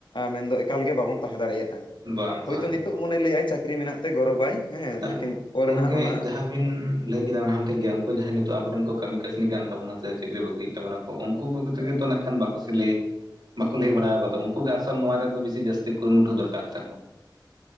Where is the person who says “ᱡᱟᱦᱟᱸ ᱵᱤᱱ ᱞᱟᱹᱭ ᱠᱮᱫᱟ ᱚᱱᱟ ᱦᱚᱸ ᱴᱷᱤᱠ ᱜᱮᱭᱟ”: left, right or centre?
Right